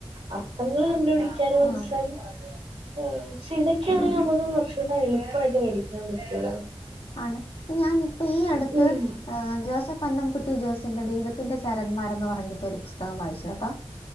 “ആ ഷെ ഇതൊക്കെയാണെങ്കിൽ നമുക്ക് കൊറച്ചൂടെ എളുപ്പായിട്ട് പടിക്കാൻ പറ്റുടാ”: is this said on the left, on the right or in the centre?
Right